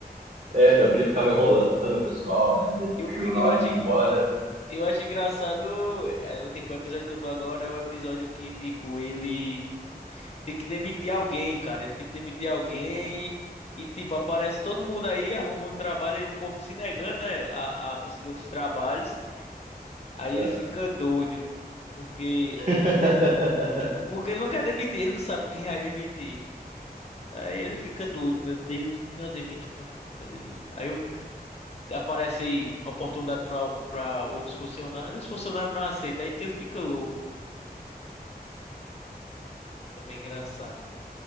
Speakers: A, on the right (about 50°); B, on the left (about 40°).
A: É, daí ele ficava enrolando o pessoal, né? Daí
B: Eu,
A: chegou
B: fi-
A: na
B: eu
A: hora
B: acho.
A: de ir embora.
B: Eu acho engraçado, é, o tipo, o episódio que eu tô agora é o episódio que, tipo, ele tem que demitir alguém, cara. Ele tem que demitir alguém e, tipo, aparece todo mundo aí arrumando trabalho e o povo se negando, né, a, a conseguir outros trabalhos. Aí
A: É
B: ele fica doido, porque,
A: <laughs>
B: <laughs> porque ele não quer demitir, ele não sabe quem vai demitir. Aí ele fica doido, meu Deus, quem eu demito, quem eu demito, quem eu demito. Aí o- aparece oportunidade para para outros funcionários, os funcionários não aceitam, aí que ele fica louco. É bem engraçado.